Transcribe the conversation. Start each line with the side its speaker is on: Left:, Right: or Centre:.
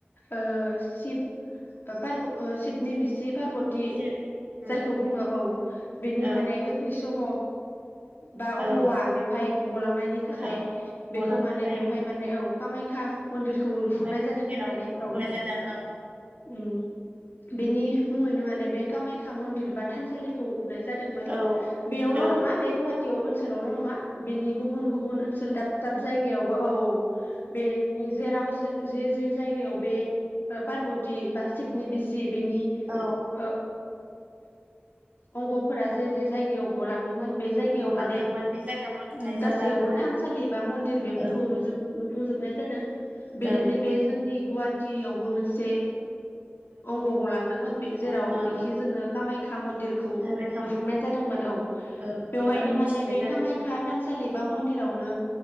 Left: ओ शिब ओ पारब' ओ शिबनि बिसि पार्वति
Right: सिब उम
Left: जायखौ बुङो औ बिनि
Right: औ
Left: माने गोथै सह' बा अंग'आ
Right: औ
Left: बेवहाय गलांनायनि थाखाय
Right: औ
Left: बेखो
Right: गलांनो
Left: माने
Right: थाखाय
Left: बेवहाय माने औ कामायखा मन्दिरखौ लुफुंनाय
Right: कामाख्या
Left: जादों
Right: मन्दिराव
Left: होननानै औ।
Right: होनाय जादों
Left: उ बेनि मुङैनो माने बे कामाख्या मन्दिर बा थानसालिखौ लुनाय जादोंमोन
Right: ओं
Left: बेयावल'
Right: औ
Left: नङा बे गुवाहा तिआव ओनसोलावल नङा बिनि गुबुन गुबुन ओनसोल दाब दाब जायगायावबो औ औ बेनि जेराव जे-जे जे जायगायाव बे ओ पार्बति बा शिबनि बिसि सि बेनि
Right: औ
Left: ओ अंग' फोरा जे जे जायगायाव गलांदोंमोन बे जायगायाव
Right: गलांदोंमोन
Left: माने
Right: बे जायगायावबो लुनाय
Left: उम गासैयावबो
Right: जादों आरो ना
Left: थानसालि बा मन्दिर बेफोरखौ
Right: ओं
Left: लुजुब लुफुंजोबनाय जादों बेनि
Right: ओं
Left: नि बे जों जोंनि गुवाहाटि यावबो मोनसे अंग' गलांदोंमोन बे जेरावनोखि
Right: औ ओं
Left: जोङो खामाय खा मन्दिरखौ
Right: कामाख्या
Left: लुफुंनाय
Right: मन्दिर
Left: जादोंमोन औ
Right: ओं
Left: बेवहायनो
Right: एबा मिथिनाय
Left: माने बे
Right: जादों
Left: कामाख्या सालि बा मन्दिरावनो